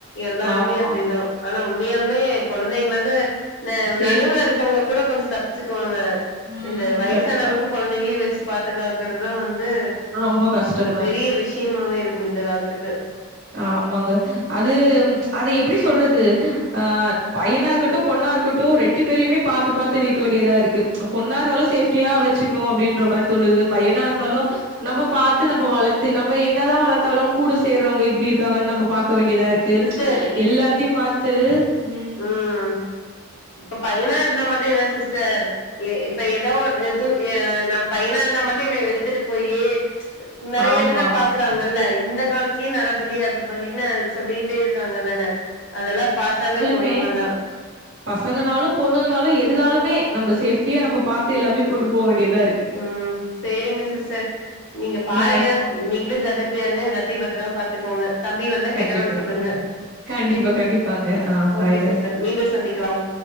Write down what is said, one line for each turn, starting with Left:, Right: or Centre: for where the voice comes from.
Left: எல்லாருமே
Right: ஆமா
Left: அ ப்டிதா ஆனா உண்மையாலுமே கொழந்தைங்லந்து ந
Right: சேஃப்டி
Left: நடுவுல இருக்கவங்க கூட கொஞ்சொ தப்பு ச்சுக்குவாங்க
Right: ம்
Left: இந்த
Right: கண்டிப்பா
Left: த்தவங்களும் கொழந்தைங்களையு வச்சு பாத்துகக்கறதா வந்து
Right: ரொம்ப கஷ்டமா
Left: ஒரு
Right: இருக்கு.
Left: பெரிய விஷயமாவே இருக் கு இந்த காலத்துக்கு
Right: ஆமாங்க அது
Left: ம்
Right: அது எப்டி சொல்றது ஆ பையனா இருக்கட்டும் பொண்ணா இருக்கட்டும் ரெண்டு பேரைமே பாத்து பாத்து வைக்க வேண்டியதா இருக்கு அ பொண்ணா இருந்தாலு சேஃப்டியா வச் சுக்கணு அப்டின்ற மாரி தோணுது பையனா
Left: ம்
Right: இருந்தாலு நம்ப பாத்து நம்ப வளத்து நம்ப என்னதா வளர்த்தாலு கூட சேர்றவங்க எப்டி இருக்காங்கன்னு நம்ப பாக்க வேண்டியதாருக் கு
Left: சிஸ்டர் இப்
Right: எல்லாத்தையு பாத்து ம்
Left: ம் இப்ப பையனா இருந்தா மட்டு என்ன சிஸ்டர் எ இப்ப எதோ ஒருது எ நா பையனா இருந்தா மட்டு என்ன எடுத்துட்டு போயி நெறைய
Right: ஆமா.
Left: இதுல பாக்குறாங்கல்ல இந்த காலத்துலயு நரபலி அது பலின்னு சொல்லிட்டே இருக்காங்க தானே அதெல்லா பாத்தாலே கொடுமதா
Right: மே பசங்கனாலு பொண்ணுங்கனாலு எதுனாலுமே நம்ப சேஃப்டியா நம்ப பாத்து எல்லாமே கொண்டு போ வேண்டியதாருக்
Left: ம் சேரிங்க சிஸ்டர் நீங்க பாருங்க
Right: பாய்.
Left: நீங்களு ஜக்கிரதையா
Right: ம்.
Left: இருங்க எல்லாத்தையு பத்ரமா பாத்துக்கோங்க தம்பி வந்தா
Right: கண்டிப்பா.
Left: கேட்டதா சொல்லுங்கே
Right: கண்டிப்பா, கண்டிப்பாங்க. ஆ
Left: ஓகே
Right: பாய், பாய்.
Left: சிஸ்டர் மீண்டும் சந்திக்கலாம்